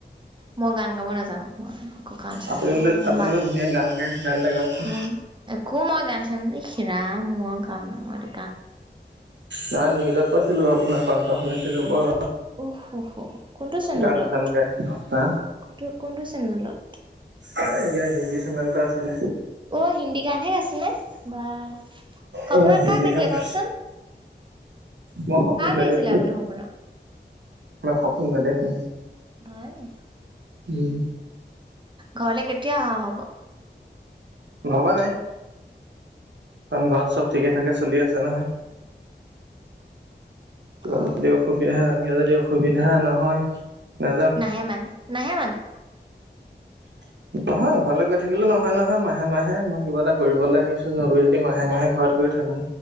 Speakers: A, on the right; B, on the right.
A: মই গান গাব নাজানো। একো গান চান
B: আপুনি
A: আৰু
B: বোলে
A: মোৰ
B: আপুনি
A: মাত
B: বোলে ধুনীয়া গান গায় গান এটা গাওকচোন
A: ম একো মই গান চান হে ৰাম মূৰৰ কামোৰ মোৰা টো।
B: নাই নিউজত পাইছিলো, আপোনাৰ কাঠ শুনিছিলো বৰ
A: উ কোনটো চেনেলত?
B: গান চান গায় হা
A: কোনটো কোনটো চেনেলত?
B: এতিয়া হি চেনেল এটা আছিলে।
A: অ হিন্দী গানহে গাইছ নে, বা। সপোনত
B: অ হিন্দী
A: কাক দেখিলে
B: চেনেল
A: কওকচোন?
B: মই সপোন
A: কাক
B: নেদেখোঁ
A: দেখিছিলে আপোনি সপোনত?
B: মই সপোন নেদেখো
A: হয় নি?
B: উম।
A: ঘৰলে কেতিয়া অহা হ'ব?
B: ভবা নাই। কাৰণ ঘৰত চব ঠিকে-ঠাকে চলি আছে নহয়। কিবা
A: অ'
B: যদি অসুবিধা কিব যদি অসুবিধা নহয় নাযাওঁ
A: নাহে মানে নাহে মানে?
B: <unintelligible> নহয় ঘৰলে গৈ থাকিলে নহয় নহয় মাহে মাহে, মই কিবা এটা কৰিবলৈ আহিছো ন যদি মাহে মাহে ঘৰত গৈ থাকো।